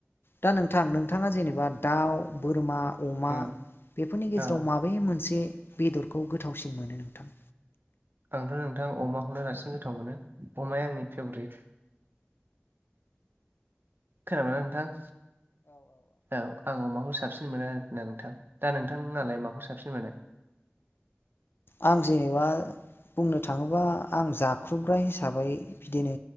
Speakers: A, on the left; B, on the right.
A: दा नोंथां नोंथाङा जेनेबा दाउ बोरमा अमा
B: उम
A: बेफोरनि गेजेराव
B: औ
A: माबे मोनसे बेदरखौ गोथावसिन मोनो नोंथां?
B: आंथ' नोंथां अमाखौनो बांसिन गोथाव मोनो अमाया आंनि फेभरेट। खोनाबायना नोंथां औ आं अमाखौ सो साबसिन मोनो आरोखि ना नोंथां दा नोंथां नालाय माखौ साबसिन मोनो।
A: आं जेनेबा बुंनो थाङोबा आं जाख्रुबग्रा हिसाबै बिदिनो